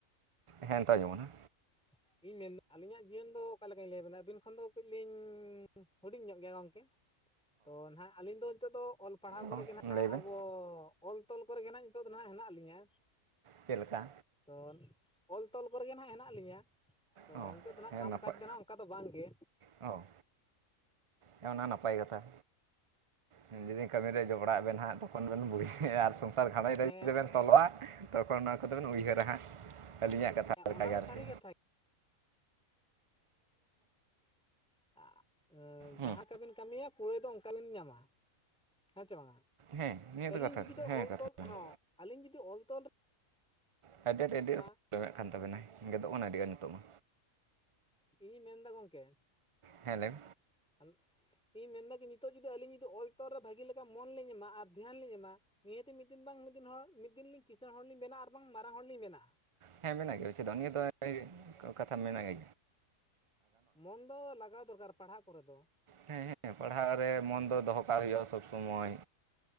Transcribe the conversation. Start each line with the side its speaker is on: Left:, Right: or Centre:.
Right: ᱦᱮᱸ ᱱᱤᱛᱳᱜ ᱟᱸᱡᱚᱢᱚᱜ ᱠᱟᱱᱟ
Centre: <inaudible> ᱤᱧ ᱢᱮᱱᱫ... ᱟᱹᱞᱤᱧᱟᱜ ᱡᱤᱭᱚᱱ ᱫᱚ ᱚᱠᱟ ᱞᱮᱠᱟᱧ ᱞᱟᱹᱭ ᱟᱵᱤᱱᱟ ᱟᱹᱵᱤᱱ ᱠᱷᱚᱱ ᱫᱚ ᱠᱟᱹᱡ ᱞᱤᱧ ᱦᱩᱰᱤᱧ ᱧᱚᱜ ᱜᱮᱭᱟ ᱜᱚᱝᱠᱮ ᱛᱚ ᱱᱟᱦᱟᱸᱜ ᱟᱹᱞᱤᱧ ᱫᱚ ᱱᱤᱛᱚᱜ ᱫᱚ ᱚᱞ ᱯᱟᱲᱦᱟᱣ ᱠᱚᱨᱮ
Right: ᱚ
Centre: ᱜᱮ ᱱᱟᱦᱟᱸᱜ
Right: ᱞᱟᱹᱭ ᱵᱮᱱ
Centre: ᱟᱵᱚ ᱚᱞ ᱛᱚᱞ ᱠᱚᱨᱮ ᱜᱮ ᱱᱟᱢᱟ ᱤᱧ... ᱱᱤᱛᱚᱜ ᱫᱚ ᱱᱟᱦᱟᱜ ᱦᱮᱱᱟᱜ ᱞᱤᱧᱟᱹ
Right: ᱪᱮᱫ ᱞᱮᱠᱟ
Centre: ᱛᱚ ᱚᱞ ᱛᱚᱞ ᱠᱚᱨᱮᱜᱮ ᱦᱟᱸᱜ ᱦᱮᱱᱟᱜ ᱞᱤᱧᱟᱹ ᱛᱚ
Right: ᱚ
Centre: ᱱᱤᱛᱳᱜ ᱫᱚ ᱱᱟᱦᱟᱜ
Right: ᱦᱮᱸ
Centre: ᱠᱟᱢ
Right: ᱱᱟᱯᱟᱭ
Centre: ᱠᱟᱡᱽ ᱫᱚ ᱱᱟᱦᱟᱜ ᱚᱱᱠᱟ ᱫᱚ ᱵᱟᱝᱜᱮ
Right: ᱚ ᱦᱮ ᱚᱱᱟ ᱱᱟᱯᱟᱭ ᱠᱟᱛᱷᱟ ᱦᱤᱱᱡᱤᱨᱤᱝ ᱠᱟᱹᱢᱤ ᱨᱮ ᱡᱚᱜᱽᱲᱟᱜ ᱟᱵᱮᱱ ᱱᱟᱦᱟᱜ ᱛᱚᱠᱷᱚᱱ ᱵᱮᱱ ᱵᱩᱡᱷᱟᱣᱼᱟ ᱟᱨ ᱥᱚᱱᱥᱟᱨ <unintelligible> ᱜᱷᱨᱮᱸᱡᱽ ᱨᱮ
Centre: ᱦᱮᱸ
Right: ᱡᱩᱫᱤ ᱵᱮᱱ ᱛᱚᱞᱚᱜᱼᱟ ᱛᱚᱠᱷᱚᱱ ᱱᱚᱣᱟ ᱠᱚᱫᱚᱵᱮᱱ ᱩᱭᱦᱟᱹᱨᱟ ᱦᱟᱸᱜ ᱟᱹᱞᱤᱧᱟᱜ ᱠᱟᱛᱷᱟ
Centre: ᱦᱮᱸ
Right: ᱞᱮᱠᱟᱜᱮ
Centre: ᱚᱱᱟ ᱫᱚ ᱥᱟᱹᱨᱤ
Right: ᱟᱨᱠᱤ
Centre: ᱠᱟᱛᱷᱟ <unintelligible> ᱟ.. ᱟᱺ...
Right: ᱦᱮᱸ
Centre: ᱡᱟᱦᱟᱸ ᱞᱮᱠᱟ ᱵᱤᱱ ᱠᱟᱹᱢᱤᱭᱟ ᱠᱩᱲᱟᱹᱭ ᱫᱚ ᱚᱱᱠᱟ ᱵᱤᱱ ᱧᱟᱢᱟ ᱦᱮᱸ ᱪᱮ ᱵᱟᱝᱟ
Right: ᱦᱮᱸ ᱱᱤᱭᱟᱹ
Centre: ᱟᱹᱞᱤᱧ
Right: ᱫᱚ ᱠᱟᱛᱷᱟ
Centre: ᱡᱩᱫᱤ ᱛᱚ...
Right: ᱦᱮᱸ
Centre: ᱚᱞ
Right: ᱠᱟᱛᱷᱟ
Centre: ᱛᱚᱞ
Right: ᱠᱟᱱᱟ
Centre: ᱦᱚᱸ ᱟᱹᱞᱤᱧ ᱡᱩᱫᱤ ᱚᱞ ᱛᱚᱞ ᱨᱮ
Right: ᱦᱟᱭᱰᱮᱰ ᱟᱭᱰᱮᱰ
Centre: ᱟᱭᱢᱟ
Right: ᱟᱸᱡᱚᱢᱚᱜ ᱠᱟᱱ ᱛᱟᱵᱮᱱᱟᱭ ᱜᱮᱫᱚᱜ ᱠᱟᱱᱟ ᱟᱹᱰᱤ ᱜᱟᱱ ᱱᱤᱛᱳᱚᱜ ᱢᱟ
Centre: ᱤᱧ ᱢᱮᱱᱫᱟ ᱜᱚᱢᱠᱮ
Right: ᱦᱮᱸ ᱞᱮᱹᱣ
Centre: <unintelligible> ᱤᱧ ᱢᱮᱱᱫᱟ ᱠᱤ ᱱᱤᱛᱚᱜ ᱡᱩᱫᱤ ᱟᱹᱞᱤᱧ ᱡᱩᱫᱤ ᱚᱞ ᱛᱚᱞ ᱨᱮ ᱵᱷᱟᱹᱜᱤ ᱞᱮᱠᱟ ᱢᱚᱱ ᱞᱤᱧ ᱮᱢᱟ ᱟᱨ ᱫᱷᱮᱭᱟᱱ ᱞᱤᱧ ᱮᱢᱟ ᱱᱤᱦᱟᱹᱛᱤ ᱢᱤᱫ ᱫᱤᱱ ᱵᱟᱝ ᱢᱤᱫ ᱫᱤᱱ ᱦᱚᱲ ᱢᱤᱫ ᱫᱤᱱ ᱞᱤᱧ ᱠᱤᱥᱟᱹᱬ ᱦᱚᱲ ᱞᱤᱧ ᱵᱮᱱᱟᱜ-ᱟ ᱟᱨ ᱵᱟᱝ ᱢᱟᱨᱟᱝ ᱦᱚᱲᱞᱤᱧ ᱵᱮᱱᱟᱣᱜᱼᱟ
Right: ᱦᱮᱸ ᱵᱮᱱᱟᱜ ᱜᱮ ᱟᱭᱥᱮ ᱫᱚ ᱱᱤᱭᱟᱹ ᱫᱚᱭ ᱠᱟᱛᱷᱟ ᱢᱮᱱᱠᱟᱜᱼᱟ
Centre: ᱢᱚᱱ ᱫᱚ ᱞᱟᱜᱟᱣ ᱫᱚᱨᱠᱟᱨ ᱯᱟᱲᱦᱟᱜ ᱠᱚᱨᱮ ᱫᱚ
Right: ᱦᱮᱸ ᱦᱮᱸ ᱯᱟᱲᱦᱟᱜ ᱨᱮ ᱢᱚᱱ ᱫᱚ ᱫᱚᱦᱚ ᱠᱟᱜ ᱦᱩᱭᱩᱜᱼᱟ ᱥᱚᱵᱽ ᱥᱚᱢᱚᱭ